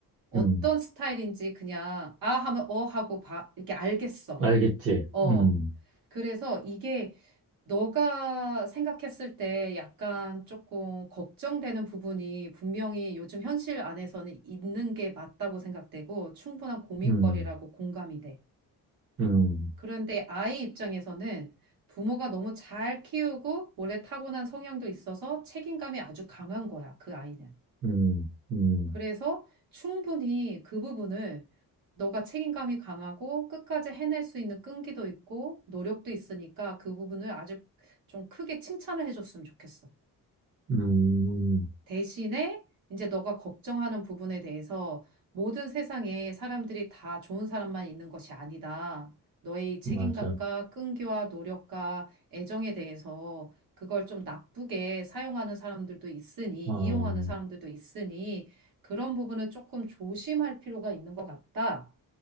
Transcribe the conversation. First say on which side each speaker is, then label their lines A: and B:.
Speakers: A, on the right; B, on the right.
A: 어떤
B: 음.
A: 스타일인지 그냥 아 하면 어 하고 봐 이렇게 알겠어.
B: 알겠지?
A: 어.
B: 음,
A: 그래서 이게 너가 생각했을 때 약간 조금 걱정되는 부분이 분명히 요즘 현실 안에서는 있는 게 맞다고 생각되고 충분한 고민거리라고
B: 음,
A: 공감이 돼.
B: 음,
A: 그런데 아이 입장에서는 부모가 너무 잘 키우고 원래 타고난 성향도 있어서 책임감이 아주 강한 거야, 그 아이는.
B: 음, 음,
A: 그래서 충분히 그 부분을 너가 책임감이 강하고 끝까지 해낼 수 있는 끈기도 있고 노력도 있으니까 그 부분을 아주 좀 크게 칭찬을 해줬으면 좋겠어.
B: 음, 음.
A: 대신에 이제 너가 걱정하는 부분에 대해서 모든 세상에 사람들이 다 좋은 사람만 있는 것이 아니다. 너의 이 책임감과
B: 맞아.
A: 끈기와 노력과 애정에 대해서 그걸 좀 나쁘게 사용하는 사람들도 있으니,
B: 어,
A: 이용하는 사람들도 있으니, 그런 부분은 조금 조심할 필요가 있는 것 같다.